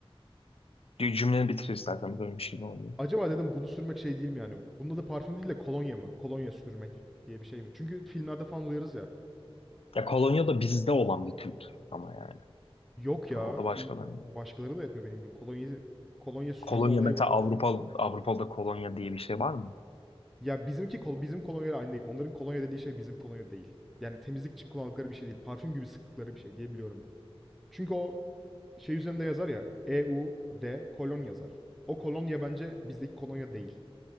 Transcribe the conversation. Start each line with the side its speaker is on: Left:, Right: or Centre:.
Left: cü- cümleni bitir istersen bölmüş gibi oluyor.
Centre: acaba dedim bunu sürmek şey değil mi yani? Bunda da parfüm değil de kolonya mı? Kolonya sürmek diye bir şey mi? Çünkü filmlerde falan duyarız ya.
Left: Ya kolonya da bizde olan bir kültür ama yani
Centre: Yok ya.
Left: o da başkalarının.
Centre: İng- Başkaları da yapıyor benim bildiğim. Kolonya kolonya sürme
Left: Kolonya
Centre: olayı
Left: mesela
Centre: var.
Left: Avrupa Avrupa'da kolonya diye bir şey var mı?
Centre: Ya bizimki kol bizim kolonyayla aynı değil. Onların kolonya dediği şey bizim kolonya değil. Yani temizlik için kullandıkları bir şey değil. Parfüm gibi sıktıkları bir şey diye biliyorum ben. Çünkü o şey üzerinde yazar ya E U D kolon yazar. O kolonya bence bizdeki kolonya değil.